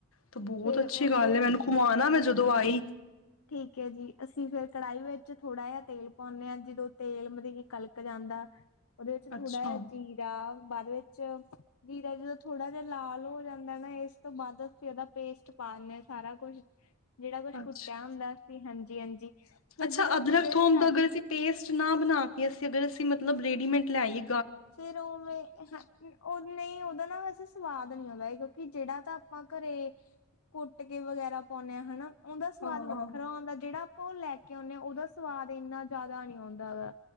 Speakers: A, on the left; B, on the left.
A: ਤਾਂ ਬਹੁਤ
B: ਫੇਰ
A: ਅੱਛੀ
B: ਉਂਦੇ
A: ਗੱਲ ਹੈ ਮੈਨੂੰ ਖਵਾਉਣਾ
B: ਹਾਂਜੀ
A: ਮੈਂ
B: ਹਾਂ
A: ਜਦੋਂ ਆਈ
B: ਠੀਕੇ ਜੀ ਆਸੀ ਫੇਰ ਕੜਾਹੀ ਵਿੱਚ ਥੋੜਾ ਜਿਹਾ ਤੇਲ ਪਾਉਂਨੇ ਆਂ ਜਦੋਂ ਤੇਲ ਮਤਲਬ ਕਿ ਨਿਕਲ ਕ ਜਾਂਦਾ ਉਹਦੇ ਵਿੱਚ
A: ਅੱਛਾ
B: ਥੋੜ੍ਹਾ ਜਿਹਾ ਜੀਰਾ ਬਾਦ ਵਿੱਚ ਜੀਰਾ ਜਦੋਂ ਥੋੜਾ ਜਿਹਾ ਲਾਲ ਹੋ ਜਾਂਦਾ ਨਾ ਇਸ ਤੋਂ ਬਾਦ ਅਸੀਂ ਉਹਦਾ ਪੇਸਟ ਪਾਂਦੇ ਹਾਂ ਸਾਰਾ ਕੁੱਝ। ਜਿਹੜਾ ਕੁਛ
A: ਅੱਛਾ
B: ਕੁੱਟਿਆ ਹੁੰਦਾ ਸੀ ਹਾਂਜੀ ਜੀ ਹਾਂਜੀ ਫੇਰ
A: ਅੱਛਾ
B: ਜਦੋਂ
A: ਅਦਰਕ
B: ਤੇਲ
A: ਥੋਮ
B: ਛੱਡ
A: ਦਾ ਅਗਰ ਅਸੀਂ ਪੇਸਟ ਨਾ ਬਨਾ ਅਸੀਂ ਅਗਰ ਅਸੀਂ ਮਤਲਬ ਰੇਡੀਮੇਟ ਲੈਆਈਏ
B: ਫੇਰ ਉਹਵੇ ਉਹ ਨਹੀਂ ਉਹਦਦਾ ਨਾ ਵੈਸੇ ਸਵਾਦ ਨੀ ਆਉਂਦਾ ਕਿਉਂਕਿ ਜਿਹੜਾ ਤਾਂ ਆਪਾਂ ਘਰੇ ਕੁਟ ਕੇ ਵਗੈਰਾ ਪਾਉਂਨੇ ਹਾਂ ਹਨਾ ਉਹਦਾ ਸਵਾਦ
A: ਹਾਂ
B: ਵੱਖਰਾ ਹੁੰਦਾ ਜਿਹੜਾ ਆਪਾਂ ਉਹ ਲੈ <unintelligible> ਉਹਦਾ ਸਵਾਦ ਇੰਨਾ ਜ਼ਿਆਦਾ ਨੀ ਆਉਂਦਾ ਹੈਗਾ